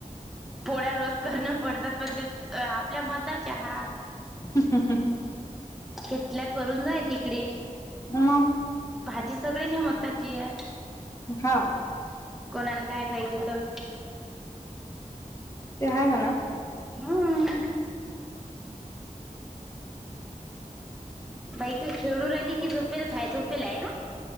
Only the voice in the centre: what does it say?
पोळ्या रोज करणं पडतात पण ते आपल्या मताच्या हा-
इथल्या करून जाइन तिकडे.
भाजी सगळ्याच्या मताची आहे.
कोणाला काय पाहिजे तर?
हा. बाई का खेळु राहिली की झोपेलेच हाय झोपेला आहे ना.